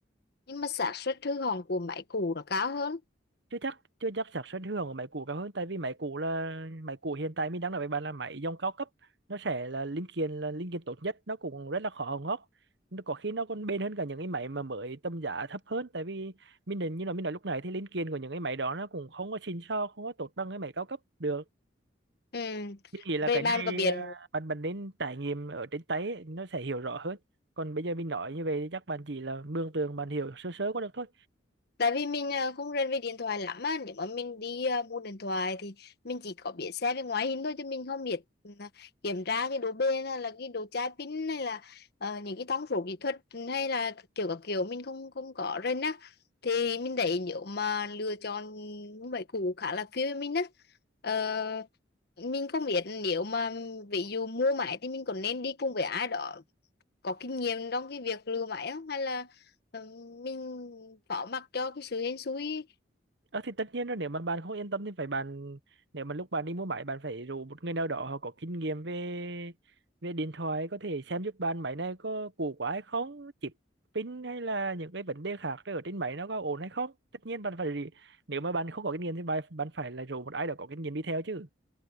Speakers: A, on the left; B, on the right.
A: nhưng mà xác suất hư hỏng của máy cũ nó cao hơn
B: chưa chắc chưa chắc xác suất hưởng của máy cũ cao hơn tại vì máy cũ là máy cũ hiện tại mình đang nói với bạn là máy dòng cao cấp nó sẽ là linh kiện là linh kiện tốt nhất nó cũng rất là khó hỏng hóc Nó có khi nó còn bền hơn cả những cái máy mà mới tầm giá thấp hơn tại vì mình định như là mình nói lúc này thì linh kiện của những cái máy đó nó cũng không có xịn sò không có tốt bằng cái máy cao cấp được
A: ừ.
B: mình nghĩ là
A: Vậy
B: cái
A: bạn
B: này
A: có biết
B: à, bạn bạn nên trải nghiệm ở trên tay ấy, nó sẽ hiểu rõ hơn còn bây giờ mình nói như vậy thì chắc bạn chỉ là mường tượng bạn hiểu sơ sơ qua được thôi
A: tại vì mình à, không rành về điện thoại lắm á nếu mà mình đi à, mua điện thoại thì mình chỉ có biết xét về ngoại hình thôi chứ mình không biết ừ, kiểm tra cái độ bền hay là cái độ chai pin hay là ờ, những cái thông số kỹ thuật hay là kiểu các kiểu mình không không có rành á thì mình thấy nếu mà lựa chọn mấy cũ khá là phiêu với mình á Ờ, mình không biết nếu mà ví dụ mua máy thì mình còn nên đi cùng với ai đó có kinh nghiệm trong cái việc lừa máy không hay là ờ, mình phó mặc cho cái sự hên xui
B: Ờ thì tất nhiên rồi nếu mà bạn không yên tâm thì phải bạn nếu mà lúc bạn đi mua máy bạn phải rủ một người nào đó họ có kinh nghiệm về về điện thoại có thể xem giúp bạn máy này có cũ quá hay không chip pin hay là những cái vấn đề khác ở trên máy nó có ổn hay không tất nhiên bạn phải nếu mà bạn không có kinh nghiệm thì bạn bạn phải là rủ một ai đó có kinh nghiệm đi theo chứ